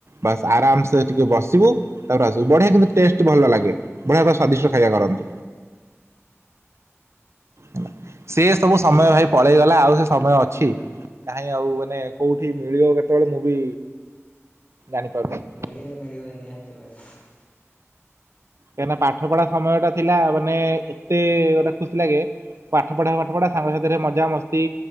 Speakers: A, on the right (about 65°); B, on the left (about 30°).
A: ବାସ୍ ଆରାମସେ ଟିକେ ବସିବୁ। ତାପଡେ ଆସୁ ବଢିଆ କିନ୍ତୁ ଟେଷ୍ଟ ଭଲ ଲାଗେ ବଢିଆ ତ ସ୍ଵାଦିଷ୍ଟ ଖାଇବା କରନ୍ତି। ହେଲା ସେ ସବୁ ସମୟ
B: ଯାହା ହଉ
A: ଭାଇ ପଳେଇଗଲା
B: ମ
A: ଆଉ ସେ ସମୟ ଅଛି। କାହିଁ ଆଉ ମାନେ କୋଉଠି ମିଳିବ କେତେବେଳେ ମୁଁ ବି ଜାଣିପାରୁନି?
B: ମିଳିବ ମିଳିବ ନିହାତି ମିଳିବ।
A: କାଇଁନା ପାଠ ପଢା ସମୟଟା ଥିଲା ମାନେ ଏତେ ଗୋଟେ ଖୁସି ଲାଗେ ପାଠ ପଢାକୁ ପାଠ ପଢା ସାଙ୍ଗସାଥିରେ ମଜାମସ୍ତି